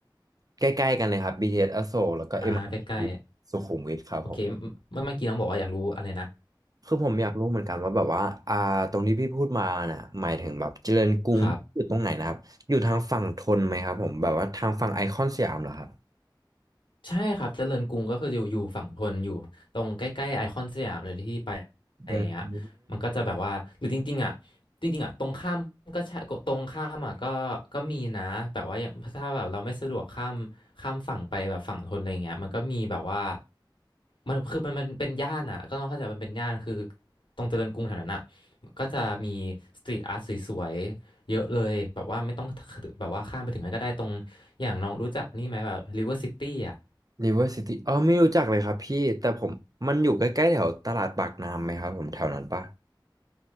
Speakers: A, on the right (about 45°); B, on the left (about 75°).
A: ใกล้ๆกันเลยครับ BTS อสอโศกแล้วก็
B: อ่าใกล้
A: m r ีสุขุมวิทครับผม
B: ๆโอเคเมื่อเมื่อกี้น้องบอกว่าอยากรู้อะไรนะ
A: คือผมอยากรู้เหมือนกันว่าแบบว่าอ่าตรงที่พี่พูดมาน่ะหมายถึงแบบเจริญกรุงอยู่ตรงไหนนะครับอยู่ทางฝั่งธนไหมครับผมแบบว่าทางฝั่งไอคอนสยามเหรอครับ
B: ครับ ใช่ครับเจริญกรุงก็คืออยู่อยู่ฝั่งธนอยู่ตรงใกล้ๆไอคอนสยามเลยที่ไปอะไรอย่างเงี้ย
A: อืม
B: มันก็จะแบบว่าหรือจริงๆอ่ะจริงๆอ่ะตรงข้ามก็ใช่ตรงข้ามอ่ะก็ก็มีนะแบบว่าอย่างถ้าแบบเราไม่สะดวกข้ามข้ามฝั่งไปแบบฝั่งธนอะไรอย่างเงี้ยมันก็มีแบบว่ามันคือมันมันเป็นย่านอ่ะก็ต้องเข้าใจมันเป็นย่านคือตรงเจริญกรุงแถวนั้นอ่ะก็จะมีสตรีทอาร์ตสวยๆเยอะเลยแบบว่าไม่ต้องแบบว่าข้ามไปถึงนั้นก็ได้ตรงอย่างน้องรู้จักนี่ไหมแบบริเวอร์ซิตี้อ่ะ
A: ริเวอร์ซิตี้อ๋อไม่รู้จักเลยครับพี่แต่ผมมันอยู่ใกล้ๆแถวตลาดปากน้ำไหมครับผมแถวนั้นปะ